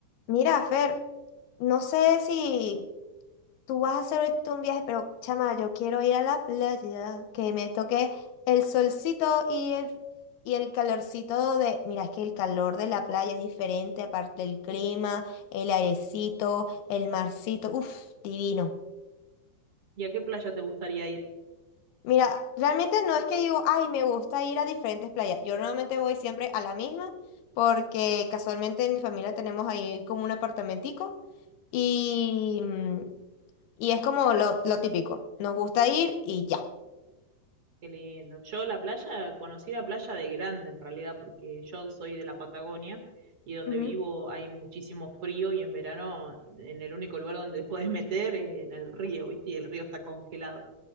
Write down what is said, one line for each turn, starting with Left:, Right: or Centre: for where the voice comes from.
Left: Mira, Fer, no sé si tú vas a hacer ahorita un viaje, pero chama, yo quiero ir a la playa, que me toque el solcito y el, y el calorcito de... Mira, es que el calor de la playa es diferente, aparte el clima, el airecito, el marcito, uff, divino.
Right: ¿Y a qué playa te gustaría ir?
Left: Mira, realmente no es que digo, ay, me gusta ir a diferentes playas. Yo normalmente voy siempre a la misma porque casualmente en mi familia tenemos ahí como un apartamentico y, mm, y es como lo, lo típico. Nos gusta ir y ya.
Right: Qué lindo. Yo la playa, conocí la playa de grande en realidad, porque yo soy de la Patagonia y donde
Left: Ujú.
Right: vivo hay muchísimo frío y en verano en el único lugar donde te puedes meter es en el río, ¿viste? Y el río está congelado.